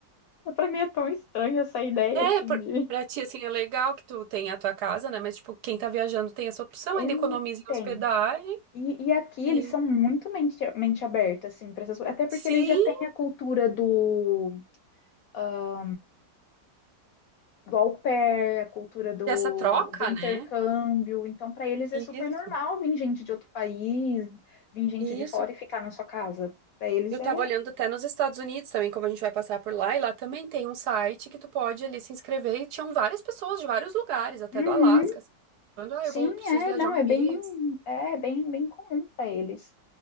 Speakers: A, on the left; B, on the right.
A: Pra mim é tão estranha essa ideia,
B: É,
A: assim,
B: por-
A: de.
B: pra ti, assim, é legal que tu tem a tua casa, né? Mas, tipo, quem tá viajando tem essa opção,
A: É
B: ainda
A: mu-
B: economiza em
A: tem.
B: hospedagem.
A: E, e aqui
B: E
A: eles são muito mente, mente aberta, assim, para essas coisas. Até porque
B: sim,
A: eles já têm a cultura do, ah, do au pair, a cultura do,
B: dessa troca,
A: do intercâmbio.
B: né?
A: Então, para eles é
B: Isso,
A: super normal vir gente de outro país, vir gente
B: isso.
A: de fora e ficar na sua casa. Para eles
B: Eu
A: é.
B: tava olhando até nos Estados Unidos também, como a gente vai passar por lá, e lá também tem um site que tu pode ali se inscrever, e tinham várias pessoas de vários lugares, até
A: Uhum.
B: do Alasca, assim, falando, ah,
A: Sim,
B: eu vou, preciso
A: é,
B: viajar
A: não,
B: um
A: é
B: mês.
A: bem, é bem, bem comum para eles